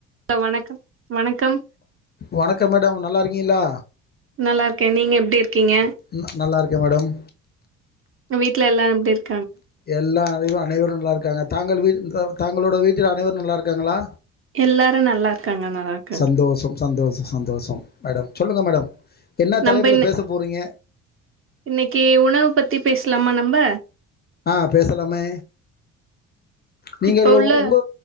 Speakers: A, on the right; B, on the left.
A: Hello வணக்கம் வணக்கம்
B: வணக்கம் மேடம் நல்லா இருக்கீங்களா
A: நல்லா இருக்கேன் நீங்க எப்படி இருக்கீங்க
B: ந- நல்லா இருக்கேன் மேடம்
A: வீட்டுல எல்லாம் எப்படி இருக்கு
B: எல்லாம் அனைவரும் நல்லா இருக்காங்க தாங்கள் வீ தங்களோட வீட்டில் அனைவரும் நல்லா இருக்காங்களா
A: எல்லாரும் நல்லா இருக்காங்க நல்லா இருக்காங்க
B: சந்தோஷம் சந்தோஷம் சந்தோஷம் மேடம் சொல்லுங்க மேடம் என்ன
A: நம்ப
B: தலைப்பில்
A: இன்னை
B: பேச போகிறீங்க
A: இன்னைக்கு உணவு பத்தி பேசலாமா நம்ம
B: ஆஹ் பேசலாமே நீங்கள்
A: இப்ப உள்ள
B: உங்க